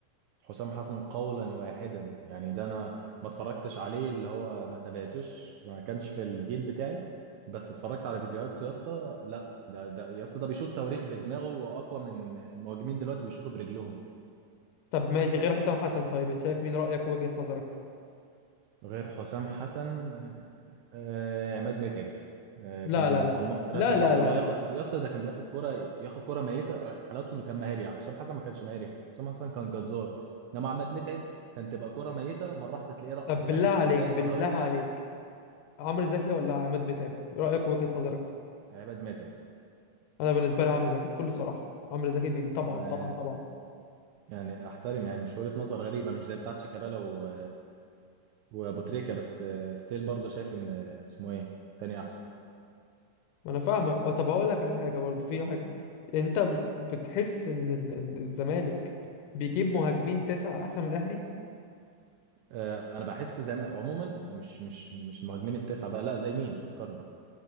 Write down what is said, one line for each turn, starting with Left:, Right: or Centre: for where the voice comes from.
Right: حسام حسن قولا واحدا يعني ده انا ما اتفرجتش عليه اللي هو ما تابعتوش ما كانش في الجيل بتاعي بس اتفرجت على فيديوهاته يا اسطى لا ده ده يا اسطى ده بيشوط صواريخ بدماغه واقوى من مهاجمين دلوقتي بيشوطوا برجلهم
Left: طب ماشي غير حسام حسن طيب انت شايف مين رأيك وجهة نظرك
Right: غير حسام حسن آه عماد متعب آه
Left: لا
Right: كان
Left: لا لا
Right: قناص رسمي
Left: لا لا
Right: برضه
Left: لا
Right: اللي هو
Left: لا
Right: ياخد يا اسطى ده كان بياخد كرة ياخد كرة ميتة حالته انه كان مهاري يعني حسام حسن ما كانش مهاري حسام حسن كان جزار انما عماد متعب كان تبقى كرة ميتة مرة واحدة تلاقيه رقص
Left: طب بالله
Right: واحد
Left: عليك
Right: في التاني
Left: بالله
Right: وهوش
Left: عليك عمرو زكي ولا عماد متعب رأيك وجهة نظرك
Right: عماد متعب
Left: انا بالنسبة لي عمرو زكي بكل صراحة عمرو زكي بيجي طبعا
Right: آه،
Left: طبعا
Right: يعني
Left: طبعا
Right: يعني احترم يعني مش وجهة نظر غريبة مش زي بتاعت شيكابالا و... وابو تريكة بس آه، ستيل برضو شايف ان آه، اسمه ايه تاني احسن
Left: ما انا فاهمك أه، طب هقول لك على حاجة برضو في حاجة انت م- بتحس ان ال- ال- الزمالك بيجيب مهاجمين تسعة احسن من الاهلي
Right: آه، انا بحس زي ما عموما مش مش مش المهاجمين التسعة بقى لا زي مين فكرني